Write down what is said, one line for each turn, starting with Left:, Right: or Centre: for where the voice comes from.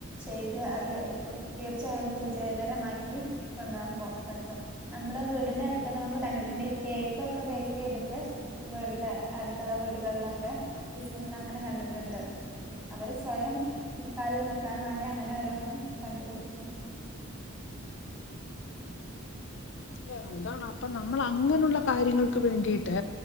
Centre: ചെയ്ത് അത് പ് തീർച്ചയായും നംക്ക് വിജയകരമാക്കി കൊണ്ടാ പൊ നമ്മള് വീടിന്റെ അടുത്തൊക്കെ നമ്മള് കണ്ടിട്ടുണ്ട് ഈ കേക്കൊക്കെ ബേക്ക് ചെയ്തിട്ട് വീടില് അട് ടുത്തുള്ള വീടുകളിലൊക്കെ ബിസിനസ് അങ്ങനെ കണ്ടിട്ടുണ്ട്. അവര് സ്വയം കാലിൽ നിക്കാൻ വേണ്ടി അങ്ങനെ ഓരോന്ന് കണ്ടുപിടിക്കുന്നു. <inaudible>
Left: ഇത് ഇതാണപ്പൊ നമ്മൾ അങ്ങനുള്ള കാര്യങ്ങൾക്ക് വേണ്ടിട്ട്